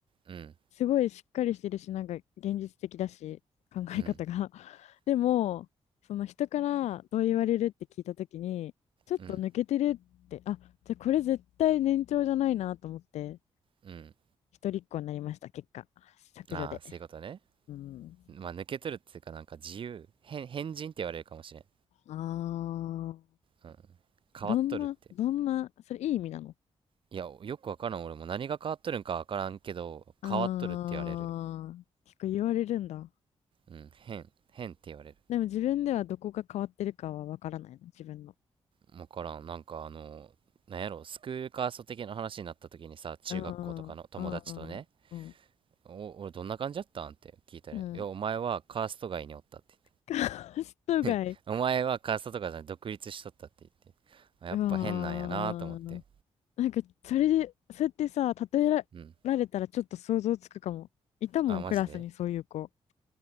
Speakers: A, on the right; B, on the left.
A: うん、
B: すごいしっかりしてるし、なんか現実的だし、考え方が。
A: うん、
B: <laughs> でも、その人からどう言われるって聞いたときに、ちょっと抜けてるって、
A: うん、
B: あ、じゃあこれ絶対年長じゃないなと思って、
A: うん。
B: 一人っ子になりました、結果。削除で。
A: ああ、そういうことね。
B: うん。
A: まあ、抜けとるっていうか、なんか自由。変、変人って言われるかもしれん。
B: あー
A: うん。変わっとるって。
B: どんな、どんな、それいい意味なの
A: いや、よくわからん。俺も何が変わっとるんかわからんけど、
B: あ、
A: 変わっとるって言われる。
B: あー結構言われるんだ。
A: うん、変、変って言われる。
B: でも自分ではどこが変わってるかはわからないの、自分の。
A: 分からんなんかあのなんやろスクールカースト的な話になった時にさ中学校とかの友達とね
B: うん、うん、うん、うん。
A: お俺どんな感じだったんって聞いたら、
B: うん
A: いやお前はカースト外におったって言っ
B: カースト街。
A: てお前はカーストとかじゃない独立しとったって言ってあやっぱ変なんやなと思って
B: うわー。なんか、それで、そうやってさ、例え
A: うん
B: られたらちょっと想像つくかも。いたもん、
A: あマジで
B: クラスにそういう子。